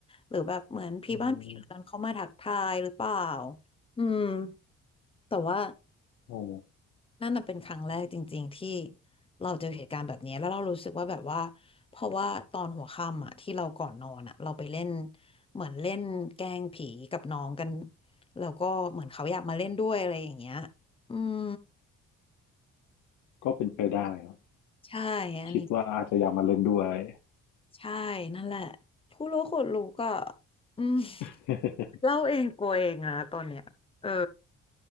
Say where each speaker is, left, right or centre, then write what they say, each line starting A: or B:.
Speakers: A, on the left (about 20°); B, on the left (about 85°).
A: หรือแบบเหมือนพี่บ้านพี่เรือนเขามาทักทายหรือเปล่า
B: อืม
A: อืมแต่ว่า
B: โอ้
A: นั่นน่ะเป็นครั้งแรกจริงๆที่เราเจอเหตุการณ์แบบนี้แล้วเรารู้สึกว่าแบบว่าเพราะว่าตอนหัวค่ำอ่ะที่เราก่อนนอนอ่ะเราไปเล่นเหมือนเล่นแกล้งผีกับน้องกันแล้วก็เหมือนเขาอยากมาเล่นด้วยอะไรอย่างเงี้ยอืม
B: ก็เป็นไปได้ครับ
A: ใช่อันนี้
B: คิดว่าอาจจะอยากมาเล่นด้วย
A: ใช่นั่นแหละผู้รู้คนรู้ก็อืม
B: <laughs>
A: เล่าเองกลัวเองนะตอนเนี้ยเออ